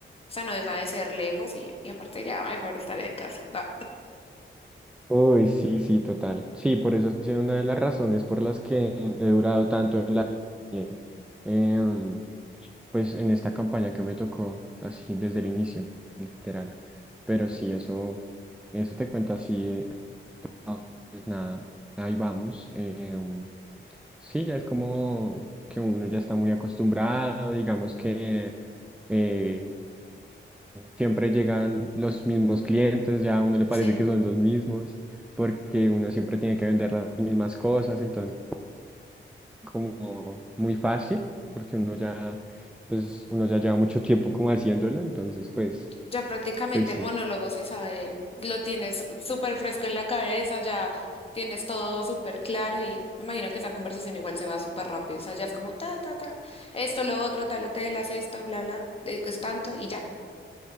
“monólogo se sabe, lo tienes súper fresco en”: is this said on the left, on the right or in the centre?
Left